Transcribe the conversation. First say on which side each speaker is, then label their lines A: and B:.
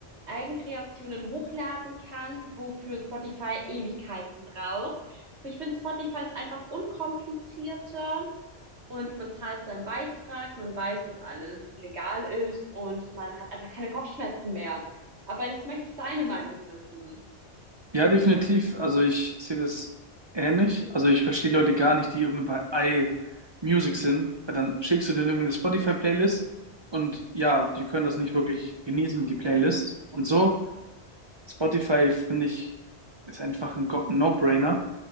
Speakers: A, on the right (about 75°); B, on the right (about 30°).
A: Eigenkreationen hochladen kann, wofür Spotify Ewigkeiten braucht. Aber ich finde Spotify ist einfach unkomplizierter und man zahlt seinen Beitrag, man weiß, dass alles legal ist und man hat einfach keine Kopfschmerzen mehr. Aber jetzt möchte ich deine Meinung wissen.
B: Ja, definitiv. Also ich sehe das ähnlich. Also ich verstehe Leute gar nicht, die irgendwie bei iMusic sind, weil dann schickst du denen irgendwie eine Spotify-Playlist und ja, die können das nicht wirklich genießen, die Playlist und so. Spotify, finde ich, ist einfach ein Go- No-Brainer.